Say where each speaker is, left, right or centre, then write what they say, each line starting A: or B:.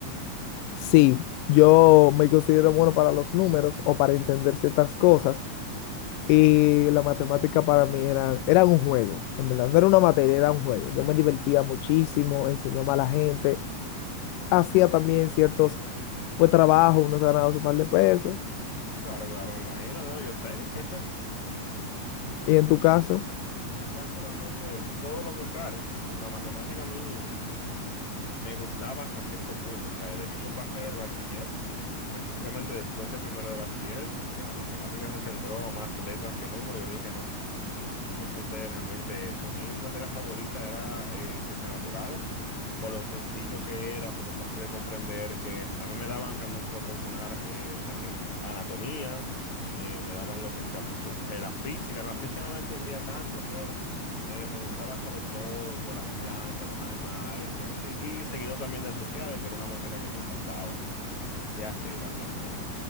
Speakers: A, on the left; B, on the left.
A: Sí, yo me considero bueno para los números o para entender ciertas cosas, y la matemática para mí era, era un juego, en verdad, no era una materia, era un juego. Yo me divertía muchísimo, enseñaba a la gente. hacía también ciertos pues trabajos, uno se ganaba su par de pesos.
B: Claro, claro, me imagino, ¿no? Yo sé. <laughs>
A: Y en tu caso,
B: En mi caso realmente todo lo contrario. La matemática a mí me gustaba hasta cierto punto, o sea, de que yo pasé el bachiller, específicamente después de primero de bachiller, que la matemática se centró más letras que números, yo dije no. Y yo solté realmente eso. A mí mi materia favorita era eh, ciencias naturales, por lo sencillo que era, por lo fácil de comprender, que a mí me daban realmente lo personal, eh, también anatomía, eh, me daban lo que sería muchos, eh, la física, la física no la entendía tanto, pero eh, me gustaba saber todo sobre las plantas, los animales y así. Y seguido también de sociales, que era una materia que me encantaba. Y así realmente.